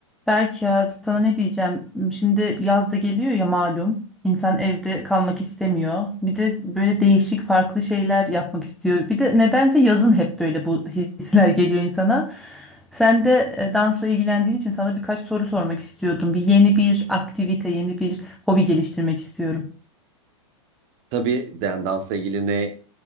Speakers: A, in the centre; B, on the right.
A: Berk ya sana ne diyeceğim? Şimdi yaz da geliyor ya malum. İnsan evde kalmak istemiyor. Bir de böyle değişik farklı şeyler yapmak istiyor. Bir de nedense yazın hep böyle bu hisler geliyor insana. Sen de e, dansla ilgilendiğin için sana birkaç soru sormak istiyordum. Bir yeni bir aktivite, yeni bir hobi geliştirmek istiyorum.
B: Tabii yani dansla ilgili ne